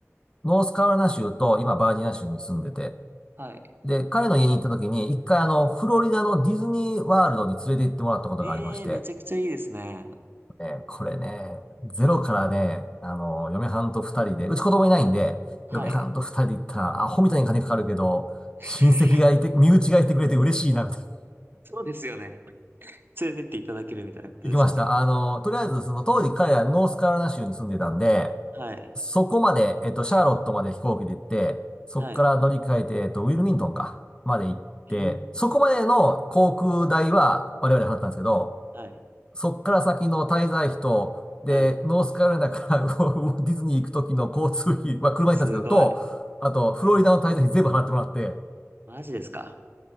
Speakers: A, on the left (about 15°); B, on the right (about 45°).
A: ノースカロライナ州と今バージニア州に住んでて、
B: はい。
A: で、彼の家に行った時に、一回あの、フロリダのディズニーワールドに連れて行ってもらったことがありまして、
B: ええー、めちゃくちゃいいですね。
A: えーこれね、ゼロからね、あの、嫁はんと二人で、うち子供いないんで、
B: はい。
A: 嫁はんと二人で行ったら、アホみたいに金かかるけど、
B: <laughs>
A: 親戚がいて、身内がいてくれて嬉しいな、みたいな。<laughs>
B: そうですよね。連れてっていただけるみたいなことですよね。
A: 行きました。あの、とりあえず、その当時彼らノースカロライナ州に住んでたんで、
B: はい、
A: そこまで、えっと、シャーロットまで飛行機で行って、そこから乗り換えて、
B: はい。
A: えっと、ウィルミントンか、まで行って、
B: えー
A: そこまでの航空代は我々払ったんですけど、
B: はい、
A: そこから先の滞在費と、で、
B: はい。
A: ノースカロライナから <laughs> ウォディズニー行く時の交通費は車で行ったんですけど、
B: すごい。
A: と、あと、フロリダの滞在費全部払ってもらって、
B: マジですか